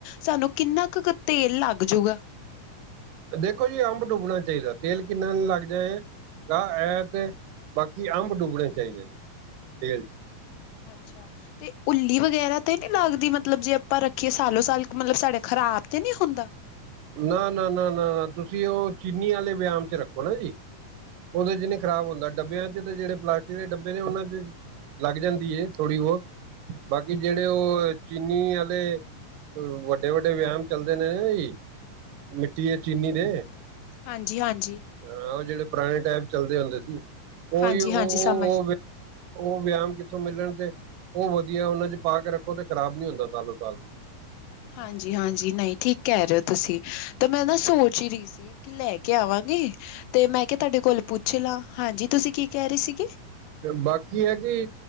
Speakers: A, on the left; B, on the right.
A: ਸਾਨੂੰ ਕਿੰਨਾ ਕ ਤੇਲ ਲੱਗ ਜੂਗਾ।
B: ਦੇਖੋ ਜੀ, ਅੰਬ ਡੁੱਬਣਾ ਚਾਹੀਦਾ ਤੇਲ ਕਿੰਨਾ ਲੱਗ ਜਾਏ ਆ ਇਹ ਤੇ ਬਾਕੀ ਅੰਬ ਡੁੱਬਣੇ ਚਾਹੀਦੇ ਨੇ ਤੇਲ ਚ।
A: ਅੱਛਾ। ਤੇ ਉੱਲੀ ਵਗੈਰਾ ਤੇ ਨੀ ਲੱਗਦੀ ਮਤਲਬ ਜੇ ਆਪਾਂ ਰੱਖੀਏ ਸਾਲੋ ਸਾਲ ਮਤਲਬ ਸਾਡੇ ਖ਼ਰਾਬ ਤੇ ਨੀ ਹੁੰਦਾ।
B: ਨਾ, ਨਾ, ਨਾ, ਨਾ, ਨਾ ਤੁਸੀਂ ਉਹ ਚੀਨੀ ਵਾਲੇ ਵਿਆਮ ਚ ਰੱਖੋ ਨਾ ਜੀ। ਉਹਦੇ ਚ ਨੀ ਖਰਾਬ ਹੁੰਦਾ ਡੱਬਿਆਂ ਚ ਤੇ ਜਿਹੜੇ ਪਲਾਸਟਿਕ ਦੇ ਡੱਬੇ ਨੇ ਉਹਨਾਂ ਚ ਲੱਗ ਜਾਂਦੀ ਏ ਥੋੜੀ ਬਹੁਤ ਬਾਕੀ ਜਿਹੜੇ ਉਹ ਚੀਨੀ ਆਲੇ ਵੱਡੇ-ਵੱਡੇ, ਵਿਆਮ ਚੱਲਦੇ ਨੇ ਨਾ ਜੀ ਮਿੱਟੀ ਦੇ ਚੀਨੀ ਦੇ
A: ਹਾਂਜੀ-ਹਾਂਜੀ।
B: ਹਾਂ ਉਹ ਜਿਹੜੇ ਪੁਰਾਣੇ ਟਾਈਮ ਚੱਲਦੇ ਹੁੰਦੇ ਸੀ। ਉਹੀ
A: ਹਾਂਜੀ
B: ਉਹ
A: ਹਾਂਜੀ
B: ਓ-ਓ
A: ਸਮਝ ਗਈ
B: ਉਹ ਵਿਆਮ ਕਿੱਥੋਂ ਮਿਲਣ ਤੇ ਉਹ ਵਧੀਆ ਉਹਨਾਂ ਚ ਪਾ ਕੇ ਰੱਖੋ ਤੇ ਖਰਾਬ ਨੀ ਹੁੰਦਾ ਸਾਲੋ-ਸਾਲ।
A: ਹਾਂਜੀ-ਹਾਂਜੀ ਨਹੀਂ ਠੀਕ ਕਹਿ ਰਹੇ ਹੋ, ਤੁਸੀਂ ਤਾਂ ਮੈਂ ਨਾ ਸੋਚ ਹੀ ਰਹੀ ਸੀ। ਕੀ ਲੈ ਕੇ ਆਵਾਂਗੇ, ਤੇ ਮੈਂ ਕਿਹਾ ਤੁਹਾਡੇ ਕੋਲ ਪੁੱਛ ਲਾਂ ਹਾਂਜੀ ਤੁਸੀਂ ਕੀ ਕਹਿ ਰਹੇ ਸੀਗੇ।
B: ਬਾਕੀ ਹੈ ਕਿ